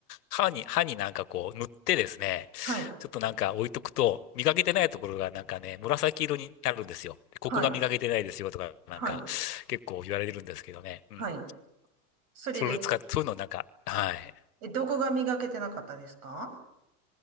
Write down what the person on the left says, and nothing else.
歯に、歯になんかこう塗ってですね、
ちょっとなんか置いとくと、磨けてないところがなんかね、紫色になるんですよ。ここが磨けてないですよとか、
なんか、
結構言われるんですけどね。うん。
それを使って、そういうのなんか、はい。